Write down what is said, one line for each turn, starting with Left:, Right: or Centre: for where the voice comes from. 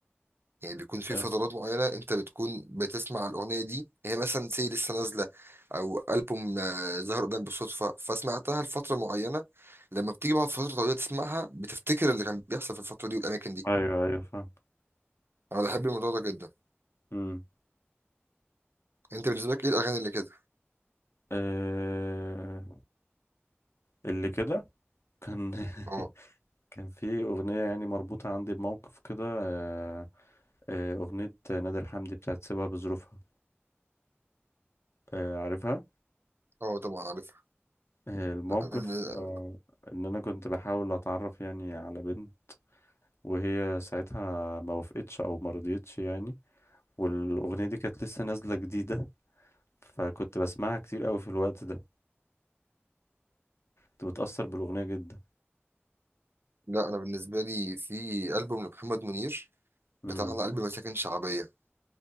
Right: يعني بيكون في
Left: آه،
Right: فترات معينه انت بتكون بتسمع الاغنيه دي هي مثلا سي لسه نازله او البوم آه، ظهر قدامك بالصدفه فسمعتها لفتره معينه لما بتيجي بعد فتره طويله تسمعها بتفتكر اللي كان بيحصل في الفتره دي والاماكن دي
Left: ايوه ايوه فاهم
Right: انا بحب الموضوع ده جدا
Left: مم.
Right: انت بالنسبه لك ايه الاغاني اللي كده
Left: آه... اللي كده كان <laughs>
Right: اه
Left: كان في اغنيه يعني مربوطه عندي بموقف كده آه... آه... اغنيه نادر حمدي بتاعت سيبها بظروفها آه... عارفها
Right: اه طبعا عارفها
Left: آه الموقف
Right: لا انا
Left: آه... ان انا كنت بحاول اتعرف يعني على بنت وهي ساعتها ما وافقتش او ما رضيتش يعني والاغنيه دي كانت لسه نازله جديده فكنت بسمعها كتير قوي في الوقت ده كنت متأثر بالأغنية جدا
Right: لا انا بالنسبه لي في البوم لمحمد منير
Left: امم
Right: بتاعنا قلب مساكن شعبيه